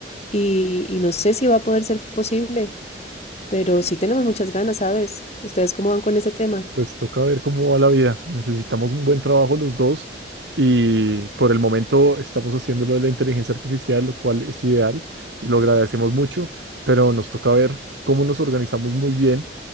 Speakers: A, on the left; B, on the right.
A: y, y no sé si va a poder ser posible, pero sí tenemos muchas ganas, ¿sabes? ¿Ustedes cómo van con ese tema?
B: Pues toca ver cómo va la vida. Necesitamos un buen trabajo los dos y por el momento estamos haciendo lo de la inteligencia artificial, lo cual es ideal y lo agradecemos mucho, pero nos toca ver cómo nos organizamos muy bien